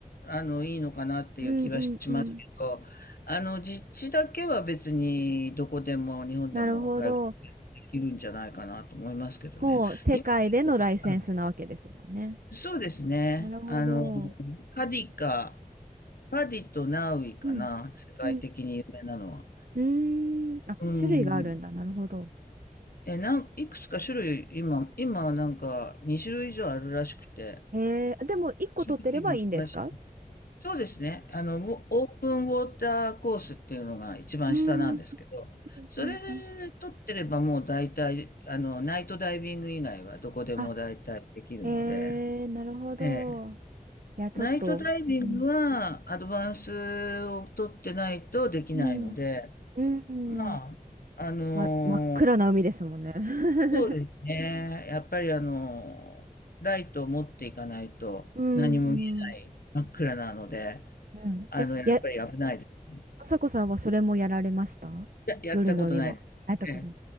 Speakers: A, on the left; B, on the right.
A: あの、いいのかなっていう気はしますけど、
B: うんうんうん。
A: あの、実地だけは別にどこでも日本でも外国できるんじゃないかなと思いますけどね。
B: なるほど。もう世界でのライセンスなわけですもんね。
A: あ、そうですね。
B: なるほど。
A: あの、パディか、パディとナウイかな、
B: うん。
A: 世界的に有名なのは。
B: うん。うーん。あ、
A: うん。
B: 種類があるんだ。なるほど。
A: え、なん、いくつか種類、今、今なんか2種類以上あるらしくて、
B: えー、でも1個取ってればいいんですか
A: 正直今詳しい。そうですね。あの、ウォオープンウォーターコースっていうのが一番下なんですけど、
B: うーん、うん
A: それ
B: うんうん
A: 取ってればもう大体、あの、ナイトダイビング以外はどこでも大体できるので、
B: あ、えー、なるほど。
A: ええ
B: いや、ちょっと、
A: ナイトダイビングはアドバンスを取ってないとできないので、
B: うん、うん、う
A: まあ、
B: ん、
A: あのー
B: ま、真っ暗な海ですもんね。<laughs>
A: そうですね。やっぱりあのーライトを持っていかないと何も見えない真っ暗なので、
B: うん、うん。うん。
A: あの、
B: え、
A: やっぱり危ないです。
B: や、あさこさんはそれもやられました夜の海も。
A: や、やったことないです。
B: あったことも。
A: え